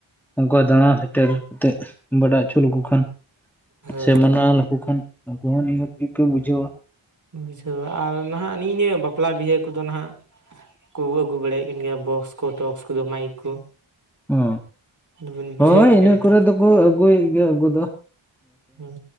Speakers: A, in the centre; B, on the right.
A: ᱚᱱᱠᱟ ᱫᱟᱬᱟ ᱥᱮᱴᱮᱨ ᱠᱟᱛᱮᱜ ᱵᱟᱰᱟᱭ ᱚᱪᱚ ᱞᱮᱠᱚ ᱠᱷᱟᱱ
B: ᱦᱳᱭ
A: ᱥᱮ
B: ᱦᱳᱭ
A: ᱢᱟᱱᱟ ᱞᱮᱠᱚ ᱠᱷᱟᱱ ᱩᱱᱠᱩ ᱦᱚᱸ ᱱᱤᱦᱟᱹᱛ ᱜᱮᱠᱚ ᱵᱩᱡᱷᱟᱹᱣᱟ ᱾
B: ᱵᱩᱡᱷᱟᱹᱣᱟ ᱟᱨ ᱱᱟᱦᱟᱜ ᱱᱤᱜ ᱱᱤᱭᱟᱹ ᱵᱟᱯ ᱵᱟᱯᱞᱟ ᱵᱤᱦᱟᱹ ᱠᱚᱫᱚ ᱦᱟᱜ ᱠᱚ ᱟᱹᱜᱩ ᱵᱟᱲᱟᱭᱮᱫ ᱠᱟᱱ ᱜᱮᱭᱟ ᱵᱚᱠᱥ ᱠᱚ ᱴᱚᱠᱥ ᱠᱚᱫᱚ ᱢᱟᱭᱤᱠ ᱠᱚ
A: ᱚ,
B: ᱵᱚᱱ ᱵᱩᱡᱷᱟᱹᱣᱮᱫ
A: ᱦᱳᱭ
B: ᱠᱟᱱᱟ
A: ᱤᱱᱟᱹ
B: ᱱᱮᱛᱟᱨ
A: ᱠᱚᱨᱮ ᱫᱚᱠᱚ ᱟᱹᱜᱩᱭᱮᱜ ᱜᱮᱭᱟ ᱟᱹᱜᱩ ᱫᱚ ᱾
B: ᱦᱢ,